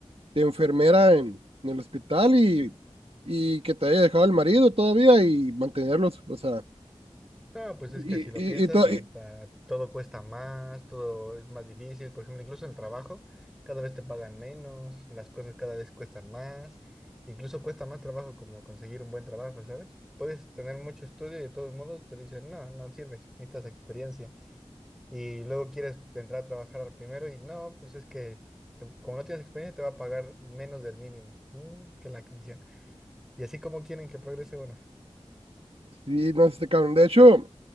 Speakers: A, on the right; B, in the centre.
A: de enfermera en, en el hospital y, y que te haya dejado el marido todavía y mantenerlos, o sea,
B: No, pues es
A: y,
B: que si lo
A: y,
B: piensas,
A: y, to-
B: ahorita
A: y-
B: todo cuesta más, todo es más difícil. Por ejemplo, incluso en el trabajo, cada vez te pagan menos, las cosas cada vez cuestan más. Incluso cuesta más trabajo como conseguir un buen trabajo, ¿sabes? Puedes tener mucho estudio y de todos modos te dicen, no, no sirves, necesitas experiencia. Y luego quieres entrar a trabajar primero y no, pues es que tú- como no tienes experiencia te va a pagar menos del mínimo Mm, que la canción. Y así como quieren que progrese uno.
A: sí, no sé, cabrón. De hecho,